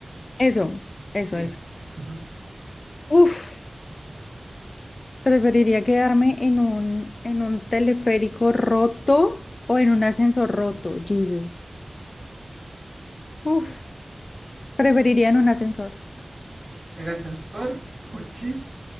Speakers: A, on the left; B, on the right.
A: Eso, eso,
B: Sí.
A: eso.
B: Ujú.
A: Uf, preferiría quedarme en un, en un teleférico roto o en un ascensor roto, Jesus. Uf, preferiría en un ascensor.
B: ¿En ascensor? ¿Por qué?